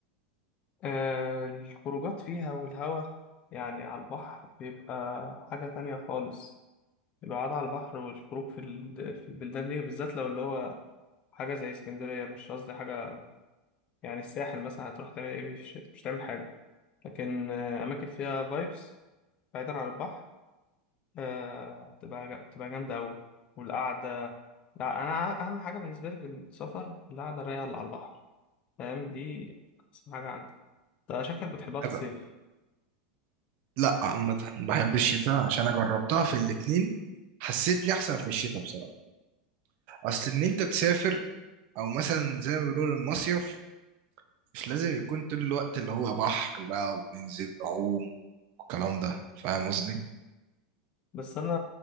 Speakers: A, on the left (about 30°); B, on the right (about 40°).
A: آه الخروجات فيها والهوا يعني على البحر بيبقى حاجة تانية خالص القعدة على البحر والخروج في ال- في البلدان دي بالذات لو اللي هو حاجة زي اسكندرية مش قصدي حاجة يعني الساحل مثلا هتروح تعمل ايه في الشتاء مش تعمل حاجة لكن آه، أماكن فيها فايبس بعيدا عن البحر آه، تبقى جا- تبقى جامدة أوي والقعدة لا أنا أهم حاجة بالنسبة لي في السفر القعدة الرايقة اللي على البحر فاهم دي أحسن حاجة عندي أنت شكلك بتحبها في
B: أب-
A: الصيف
B: لا عامه بحب الشتاء عشان انا جربتها في الاتنين حسيتني احسن في الشتاء بصراحه اصل ان انت تسافر او مثلا زي ما بيقولوا المصيف مش لازم يكون طول الوقت اللي هو بحر بقى وننزل نعوم والكلام ده فاهم قصدي
A: بس أنا